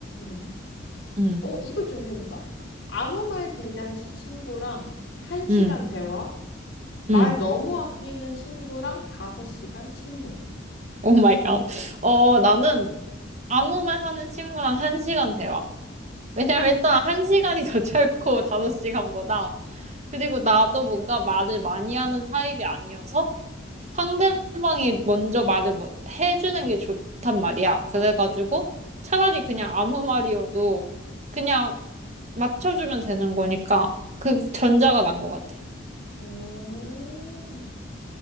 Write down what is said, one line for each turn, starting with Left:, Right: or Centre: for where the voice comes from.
Left: 음.
Right: 응,
Left: 어, 이거 좀 재밌다. 아무 말 대잔치 친구랑 한시간
Right: 응,
Left: 대화, 말
Right: 응.
Left: 너무 아끼는 친구랑 다섯 시간 침묵.
Right: 오 마이 갓. 어, 나는 아무 말 하는 친구랑 한 시간 대화. 왜냐면 일단 한 시간이 더 <laughs> 짧고 다섯 시간보다 그리고 나도 뭔가 말을 많이 하는 타입이 아니어서 상대방이 먼저 말을 뭐 해주는 게 좋단 말이야. 그래가지고 차라리 그냥 아무 말이어도 그냥 맞춰주면 되는 거니까 그 전자가 난 것 같아.
Left: 오.